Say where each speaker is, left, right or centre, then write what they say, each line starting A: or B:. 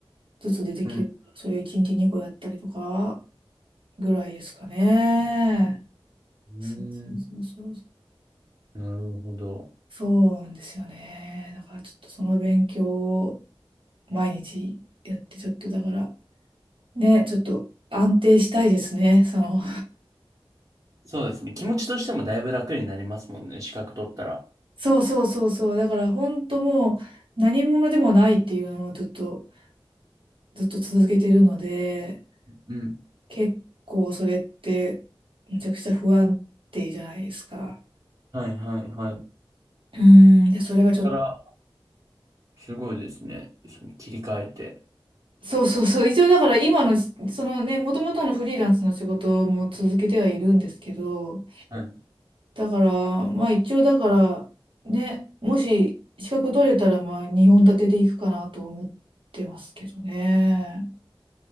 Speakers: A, on the right; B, on the right.
A: ずつ出てきる。
B: うん。
A: それを1日2個やったりとかぐらいですかね。
B: うん。
A: そうそうそうそう。
B: なるほど。
A: そうなんですよね。だからちょっとその勉強を毎日やって、ちょっとだから、ね、ちょっと安定したいですね。その、
B: そうですね。気持ちとしてもだいぶ楽になりますもんね。資格取ったら。
A: <laughs> そうそうそうそう。だから本当もう何者でもないっていうのをずっと、ずっと続けてるので、
B: うん
A: 結構それってめちゃくちゃ不安定じゃないですか。
B: はいはいはい。
A: うん。で、それがちょっと、
B: だから、すごいですね。その切り替えて。
A: そうそうそう。一応だから今の、そのね、もともとのフリーランスの仕事も続けてはいるんですけど、
B: はい。
A: だから、まあ一応だから、ね、もし資格取れたら、まあ2本立てでいくかなと思ってますけどね。